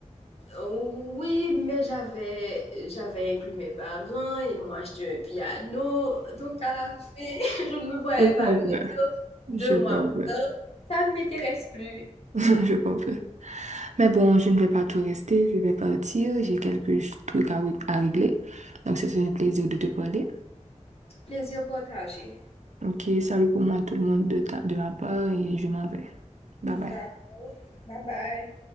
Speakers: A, on the left; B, on the right.
A: Oui, mais j'avais, j'avais inclus mes parents, ils m'ont acheté un piano. Donc, à la fin, <laughs> je ne me voyais
B: Je comprends,
A: pas le dire deux
B: je
A: mois.
B: comprends,
A: plus, Ça ne m'intéresse plus.
B: <laughs> je comprends. Mais bon, je ne vais pas tout rester, je vais partir, j'ai quelques ch- trucs à, ré- à régler. Donc, c'est un plaisir de te parler.
A: Plaisir partagé.
B: Ok, salut pour moi tout le monde de, ta- de ma part et je m'en vais. Bye bye.
A: D'accord. Bye bye.